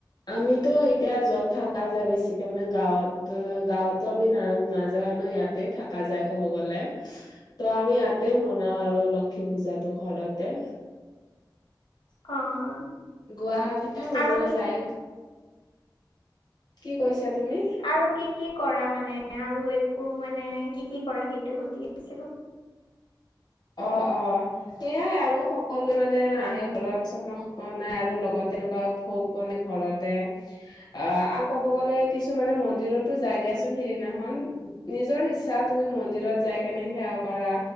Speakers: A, on the left (about 60°); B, on the left (about 85°).
A: আমিতো এতিয়া যত থকা যায় বেছিকে মানে গাঁৱত গাঁৱতো আমি না নাযাওে ন ইয়াত তে থকা যায় ক'ব গ'লে। ত আমি ইয়াতে মনাও আৰু লক্ষী পূজাটো ঘৰতে।
B: অ'
A: গুৱাহাটীতে বনোৱা
B: আৰু কি
A: যায়।
B: কি
A: কি কৈছা তুমি?
B: আৰু কি কি কৰা মানে আৰু একো মানে কি কি কৰা সেইটো সুধি আছিলো।
A: অ', অ' সেইয়াই আৰু সকলো মানে আহে ঘৰত স্বপ্ননাই আৰু লগত তেনেকুৱা ভোগ বনে ঘৰত। অ' আৰু ক'ব গ'লে কিছুমানে মন্দিৰতো যাই দিয়াচোন সেইদিনাখন নিজৰ ইচ্ছা তুমি মন্দিৰত যাই কেনে সেৱা কৰা।